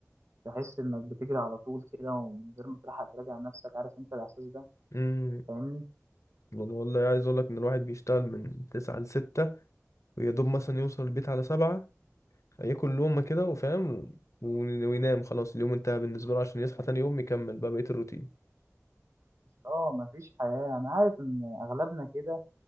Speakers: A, on the right; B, on the left.
A: تحس انك بتجري على طول كده ومن غير ما تلحق تراجع نفسك عارف انت الاحساس ده
B: امم
A: فاهمني
B: والله والله عايز اقول لك ان الواحد بيشتغل من تسعة لستة ويا دوب مثلا يوصل البيت على سبعة ياكل لقمة كده وفاهم و- وينام خلاص اليوم انتهى بالنسبة له عشان يصحى تاني يوم يكمل بقى بقية الروتين
A: اه مفيش حياة انا عارف ان اغلبنا كده